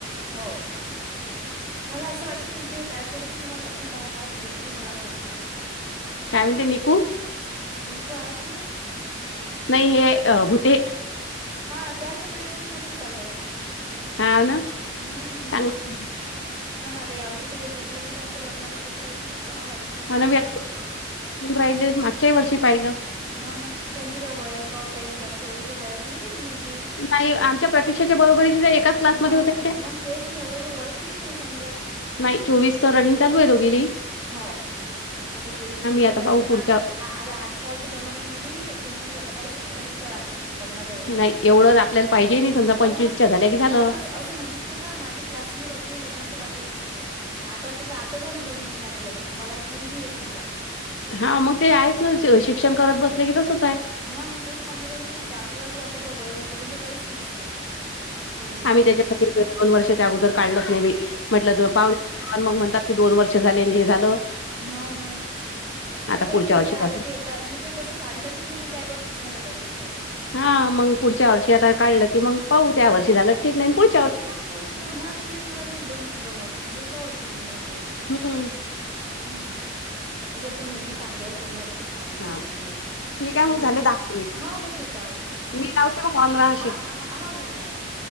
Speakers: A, on the right (about 20°); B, on the left (about 75°).
A: हो मला असं वाटतं तुमचे हे टस् झाले कि तुम्हाला अजून दहा तास भेट. की मला असं वाटते
B: काय म्हणते निकू
A: नकू आहेत ना.
B: नाही हे अ भूते
A: हा त्या पण आहेत ना मस्त चालू आहे
B: हा ना
A: हम्म
B: चांगलं
A: हा ना तर या वर्षी काही जुटलं नाही त्यांच लग्न आता पुढच्या वर्षीच पाहा लागेल संपा
B: आणि
A: त्यांचे
B: मी राहिले मागच्याही वर्षी पाहिलं
A: हो ना त्यांची का वया का होताई जास्त एवढी की वयाची नाही का ती मुलगी.
B: नाही, आमच्या प्रतीक्षाच्या बरोबरीचीच आहे, एकाच क्लासमध्ये
A: मग
B: होत्या त्या.
A: मग तेच नाही एवढे का वयच हो नाही समजायला.
B: नाही चोवीस तर रनिंग चालू आहे दोघीली.
A: हाव म तर चोवीस मिनट
B: आता
A: जास्त
B: पाहू
A: नाही
B: पुढच्या
A: आता आता आजकालच्या जमान्या मुली एकोणतीस अठ्ठावीस सत्तावीसच्या राहात. लग्नाच्या वेस
B: नाही एवढं आपल्याला पाहिजे समजा
A: नाही
B: च्या झाल्या की झालं.
A: नाही अस. असं ममीच ना का माझे क्लासमेट अजूनही लग्नाच्या बाकी आहेत म्हटलं आताच तर आता झालं दोन महिने. लग्न मला एक मुलगी आहे समजा.
B: हा मग ते आहेच ना शिक्षण करत बसले की तसंच आहे.
A: हा मी तेच सांगू राहिली ना आपल्याला असं वाटते बा वय झाली पण ते काहीच नसते. ते एखाद्याच
B: आम्ही त्याच्यासाठी
A: हो
B: दोन वर्षाच्या अगोदर काढलच नव्हे म्हंटलं पावणे पण मग म्हणतात की दोन वर्ष झाले अन् हे झालं
A: हो ना,
B: आता
A: ते काही
B: पुढच्या
A: नाही एकदा
B: वर्षीपासून
A: आलं की. मग ते तसं काढलं की, मग त्या वर्षीच झालं पाहिजे असं आहे ते.
B: हा मग पुढच्या वर्षी आता काढलं की, मग पाहू त्या वर्षी झालं ठीक नाही पुढ
A: ना मग हा तेच म्हणाली, दोन दोन वर्ष समजा सहज होवून जाते.
B: हं,
A: हम् तसं ती मुलगी चांगली आहे स्वभाव खूप चांगली आहे
B: हां.
A: ती मुलगी
B: ठीक आहे मग
A: त
B: झाले मिनिट.
A: हो, हो ठीक आहे हो ठेवा
B: मी लावते मग ऑन रहाशील.
A: हा, हा हो लावा लावा